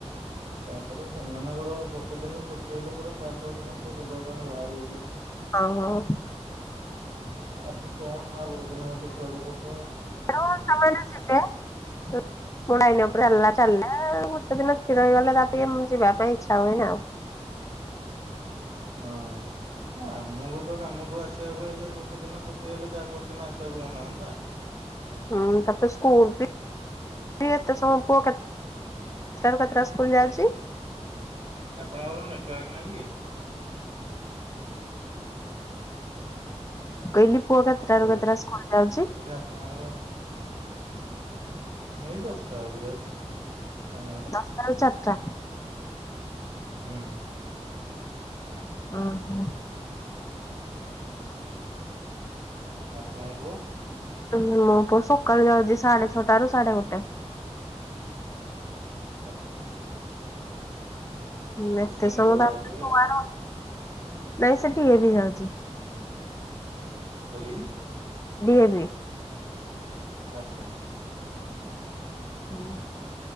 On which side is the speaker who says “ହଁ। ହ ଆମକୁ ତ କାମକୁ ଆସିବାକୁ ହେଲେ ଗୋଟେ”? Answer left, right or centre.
Right